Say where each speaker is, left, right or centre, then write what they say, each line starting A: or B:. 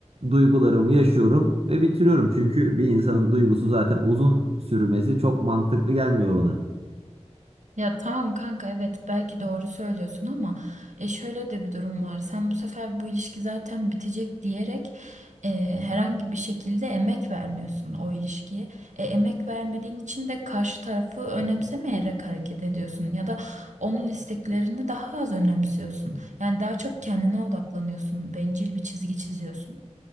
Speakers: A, on the right; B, on the right.
A: duygularımı yaşıyorum ve bitiriyorum. Çünkü bir insanın duygusu zaten uzun sürmesi çok mantıklı gelmiyor bana.
B: Ya tamam kanka evet belki doğru söylüyorsun ama e, şöyle de bir durum var. Sen bu sefer bu ilişki zaten bitecek diyerek e, herhangi bir şekilde emek vermiyorsun o ilişkiye. E, emek vermediğin için de karşı tarafı önemsemeyerek hareket ediyorsun ya da onun isteklerini daha az önemsiyorsun. Yani daha çok kendine odaklanıyorsun, bencil bir çizgi çiziyorsun.